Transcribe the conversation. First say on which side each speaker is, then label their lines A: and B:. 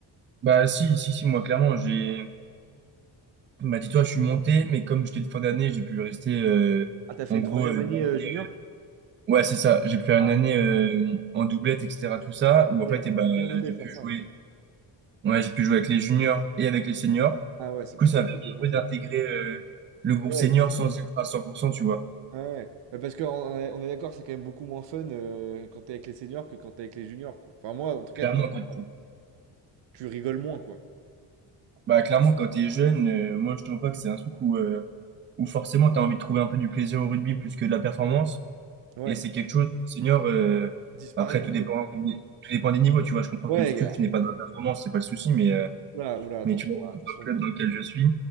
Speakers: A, on the right; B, on the right.
A: Bah, si, si, si, moi, clairement, j'ai, bah, dis-toi, je suis monté, mais comme j'étais de fin d'année, j'ai pu rester, euh,
B: Ah, t'as fait
A: en
B: une
A: gros,
B: troisième
A: euh,
B: année
A: une année-
B: euh, junior?
A: ouais, c'est ça, j'ai pu faire
B: Ah,
A: une année, euh, en doublette, etc., tout ça,
B: ah, ok,
A: où en
B: moi,
A: fait, eh ben,
B: j'ai bien aimé
A: j'ai
B: faire
A: pu
B: ça.
A: jouer,
B: hein.
A: ouais, j'ai pu jouer avec les juniors et avec les seniors.
B: Ah ouais, c'est
A: Du coup,
B: bah,
A: ça
B: c'est
A: m'a
B: cool
A: permis
B: de faire
A: un peu
B: ça.
A: d'intégrer, euh, le groupe
B: Ouais,
A: senior sans être à 100% tu vois.
B: Ouais, ouais. mais parce qu'on on est, on est d'accord, c'est quand même beaucoup moins fun euh, quand t'es avec les seniors que quand t'es avec les juniors, quoi. Enfin, moi, en tout cas,
A: Clairement,
B: de ma part, tu rigoles moins, quoi.
A: Bah, clairement, quand t'es jeune, euh, moi, je trouve pas que c'est un truc où, euh, où forcément t'as envie de trouver un peu du plaisir au rugby plus que de la performance.
B: Ouais.
A: Et c'est quelque chose, senior, euh,
B: Il disparaît
A: après, tout
B: un peu.
A: dépend, tout dépend des niveaux, tu vois. Je comprends
B: Ouais,
A: que le SCUF
B: gars.
A: n'est pas de la performance, c'est pas le souci, mais, euh,
B: Oula, oula, attention,
A: mais tu vois, dans
B: attention.
A: le club
B: bon.
A: dans lequel je suis.